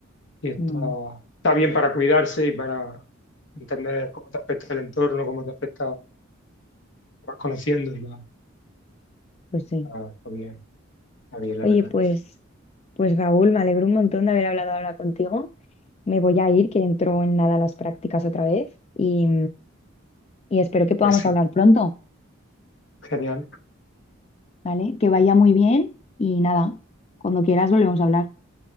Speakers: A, on the left (about 60°); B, on the left (about 30°).
A: Y está,
B: bueno,
A: está bien para cuidarse y para entender cómo te afecta el entorno, cómo te afecta, te vas conociendo y va,
B: pues sí.
A: está, está bien, está bien, la
B: Oye,
A: verdad.
B: pues, pues Raúl, me alegro un montón de haber hablado ahora contigo. Me voy a ir, que entro en nada a las prácticas otra vez y, y espero que podamos
A: Pues sí,
B: hablar pronto.
A: genial.
B: ¿vale? Que vaya muy bien y nada, cuando quieras volvemos a hablar,